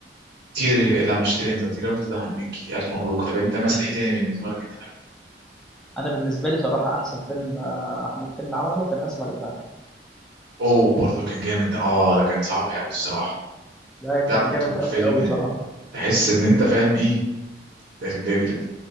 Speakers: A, on the right; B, in the centre.
A: تيري لا مش تيري انت تيري انت ده أحمد مكي الف مبروك طب انت مثلا ايه تاني بالنسبه لك انت
B: انا بالنسبه لي صراحه احسن فيلم آه، احمد حلمي عمله كان اسف على الازعاج
A: اوه برضه كان جامد ده اه ده كان صعب قوي الصراحه
B: ده
A: ده
B: كان
A: برضه
B: جامد
A: فيلم
B: قوي قوي
A: آه،
B: صراحه
A: تحس ان انت فاهم ايه ال- ال-